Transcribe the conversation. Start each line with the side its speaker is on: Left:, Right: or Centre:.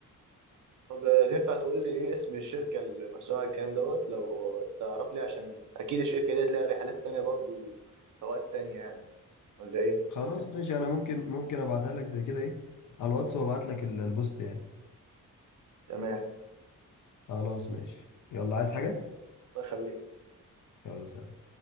Right: طب آه، تنفع تقول لي ايه اسم الشركة اللي مسؤولة عن الكلام دوت لو تعرف لي عشان اكيد الشركة ديت ليها رحلات تانية برضو فوائد تانية يعني ولا ايه؟
Left: خلاص ماشي انا ممكن ممكن ابعتها لك زي كده ايه على الواتس وابعت لك ال- البوست يعني
Right: تمام
Left: خلاص ماشي يلا عايز حاجة
Right: بخليك
Left: يلا سلام